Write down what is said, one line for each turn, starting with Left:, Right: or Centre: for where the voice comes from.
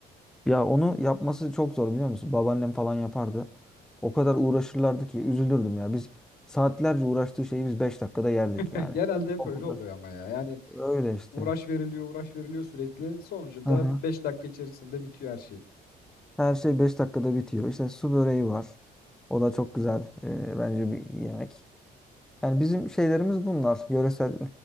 Centre: Ya onu yapması çok zor biliyor musun? Babaannem falan yapardı. O kadar uğraşırlardı ki üzülürdüm ya. Biz saatlerce uğraştığı şeyi biz 5 dakikada yerdik
Left: <laughs>
Centre: yani.
Left: Genelde hep
Centre: O
Left: öyle
Centre: kadar.
Left: oluyor ama ya. Yani
Centre: Öyle işte.
Left: Uğraş veriliyor, uğraş veriliyor sürekli. Sonucunda
Centre: Hı hı.
Left: 5 dakika içerisinde bitiyor her şey.
Centre: Her şey 5 dakikada bitiyor. İşte su böreği var. O da çok güzel e, bence bir yemek. Yani bizim şeylerimiz bunlar. Yöresel